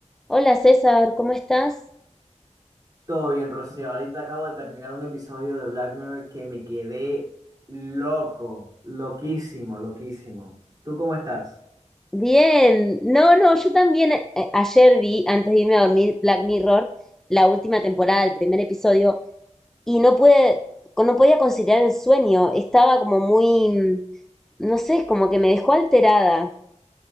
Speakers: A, in the centre; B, on the right.
A: Hola César, ¿cómo estás?
B: Todo bien, Rocío. Ahorita acabo de terminar un episodio de Black Mirror que me quedé loco, loquísimo, loquísimo. ¿Tú cómo estás?
A: Bien, no, no, yo también eh, eh, ayer vi, antes de irme a dormir, Black Mirror, la última temporada, el primer episodio, y no pude, no podía conciliar el sueño, estaba como muy, mm, no sé, como que me dejó alterada.